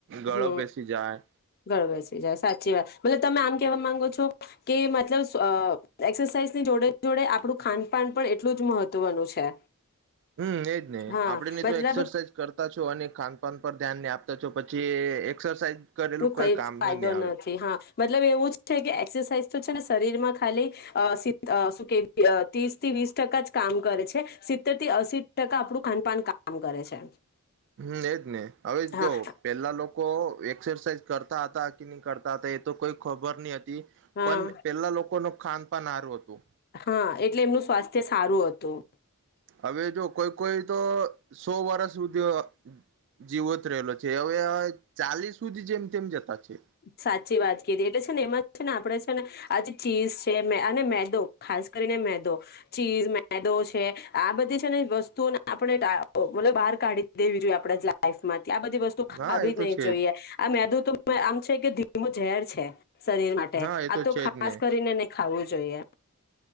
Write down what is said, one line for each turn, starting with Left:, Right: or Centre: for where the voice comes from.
Right: ગળો
Left: હું,
Right: બેસી જાય
Left: ગરૂ‌‌ બેસી જાય સાચી વાત, તમે આમ કેવા કે મતલબ એક્સાઈઝ ની જોડે જોડે આપણું ખાનપાન પણ એટલું જ મહત્વનું છે.
Right: હું એજ ને
Left: હા
Right: આપડે ને
Left: મતલબ
Right: તો એક્સરસાઇઝ કરતા જ જો અને ખાન પાાન પર ધ્યાન ને આપતા છો, પછી એક્સરસાઇઝ કરેલું
Left: તું
Right: કઈ
Left: કંઈક
Right: કામનું
Left: ફાયદો
Right: નહી આવે
Left: નથી હા બત મતલબ એવું છે, કે એક્સરસાઇઝ તો છે, ને શરીર માં ખાલી અ સી શું કે ત્રીસ થી વીસ ટકા જ કામ કરે છે, સિત્તેર થી અસી ટકા આપણું ખાનપાન કામ કરે છે.
Right: હમ્મ, એજ ને હવે
Left: હા
Right: જો પેલા લોકો એક એક્સરસાઇઝ કરતાં હતા, કે નહીં કરતાં હતા, એ તો કોઈ ખબર નહીં. એ
Left: હા
Right: પણ પેલા લોકોનો ખાન પણ હારૂ હતું.
Left: હા, એટલે એમનું સ્વાસ્થ્ય સારું હતું.
Right: હવે જો કોઈ- કોઈ તો, સો વર્ષ સુધી, જીવંત રહેલો છે. એ હવે, ચાલીસ સુધી જેમ તેમ જતા છે.
Left: સાચી વાત કીધી એટલે છે, ને એમાં છે, ને આપડે છે, ને આજે ચીઝ છે, અને મેદો ખાસ કરીને મેદો ચીઝ મેદો છે, આ બધી છે ને વસ્તુઓને આપણે ઢાંકી ભલે બહાર કાઢી દેવી જોઈએ, આપણે લાઈફમાં આ બધી વસ્તુ ખાવી
Right: હા એ
Left: ન
Right: તો
Left: નહીં
Right: છે
Left: જોઈએ, આ મેદુ તો મેં આમ છે કે, ધીમો ઝેર છે. શરીર માટે
Right: જ હા એ
Left: આતો
Right: તો છે
Left: ખાસ
Right: જ ને
Left: કરીને ખાવું જોઈએ.